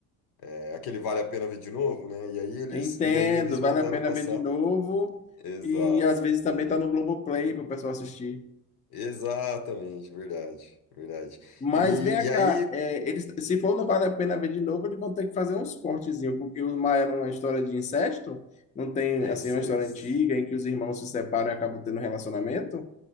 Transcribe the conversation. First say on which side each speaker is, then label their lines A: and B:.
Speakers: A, on the left; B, on the left.
A: é, aquele Vale a Pena Ver de Novo, né? E aí eles,
B: Entendo,
A: e aí eles voltaram
B: vale a pena
A: a passar.
B: ver de novo.
A: Exato.
B: E às vezes também tá no Globoplay para o pessoal assistir.
A: Exatamente, verdade, verdade.
B: Mas
A: E,
B: vem
A: e aí,
B: cá, é, eles, se for não vale a pena ver de novo, eles vão ter que fazer uns cortezinhos, porque os Maia não é uma história de incesto, não tem
A: é
B: assim
A: incesto.
B: uma história antiga em que os irmãos se separam e acabam tendo um relacionamento.